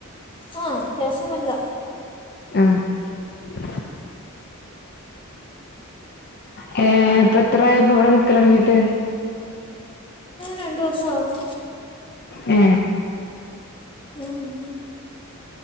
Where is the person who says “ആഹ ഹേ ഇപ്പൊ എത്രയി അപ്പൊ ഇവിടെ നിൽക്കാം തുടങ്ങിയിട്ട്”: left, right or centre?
Left